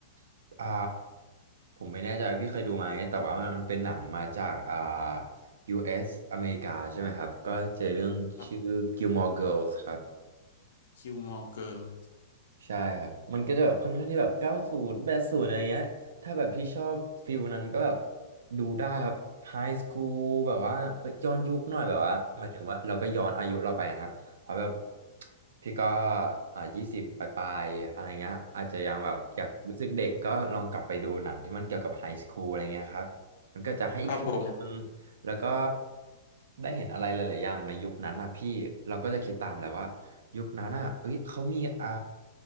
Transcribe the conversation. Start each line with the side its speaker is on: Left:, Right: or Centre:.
Right: <laughs> อ่าผมไม่แน่ใจว่าพี่เคยดูไหมแต่ว่ามันเป็นหนังมาจากอ่า US อสอเมริกาใช่ไหมครับก็เจอเรื่องชื่อ
Left: ครับ
Right: Gilmore Girls ครับ
Left: คิวมอเกอร์
Right: ใช่ครับมันก็จะแบบค่อนข้างที่แบบเก้าศูนย์แปดศูนย์อะไรเงี้ยถ้าแบบพี่ชอบฟิลนั้นก็แบบดูได้ครับไฮสคูลแบบว่าเอ้ยย้อนยุคหน่อยแบบว่าหมายถึงว่าเราก็ย้อนอายุเราไปครับเพราะแบบพี่ก็อ่ายี่สิบปลายๆอะไรเงี้ยอาจจะยังแบบอยากรู้สึกเด็กก็ลองกลับไปดูหนังที่มันเกี่ยวกับไฮสคูลอะไรเงี้ยครับมันก็จะให้อีกฟิลนึง
Left: ครับผม
Right: แล้วก็ได้เห็นอะไรหลายๆอย่างในยุคนั้นนะพี่เราก็จะคิดตามแหละว่า ยุคนั้นอ่ะเอ้ยเขามีอ่า